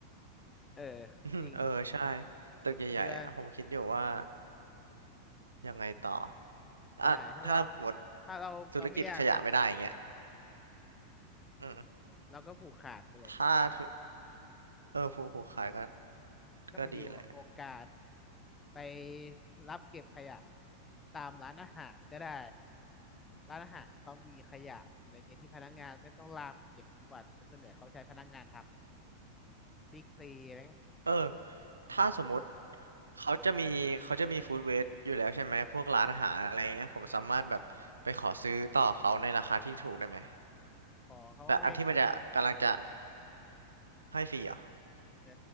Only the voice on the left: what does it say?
เออ
จริง
พี่ว่า
ใช่ถ้าเรา
ถ้าเราเราไม่อยากนะ
เราก็ผูกขาดไปเลย
ก็ไปดีลกับโครงการ
ไปรับเก็บขยะตามร้านอาหารก็ได้ร้านอาหารที่เขามีขยะมีอะไรเงี้ยที่พนักงานไม่ต้องลากไปเก็บทุกวันแต่ส่วนใหญ่เขาใช้พนักงานทำบิ๊กซีอะไรเงี้ย
<laughs> ขอเขาก็ให้ฟรี
เออ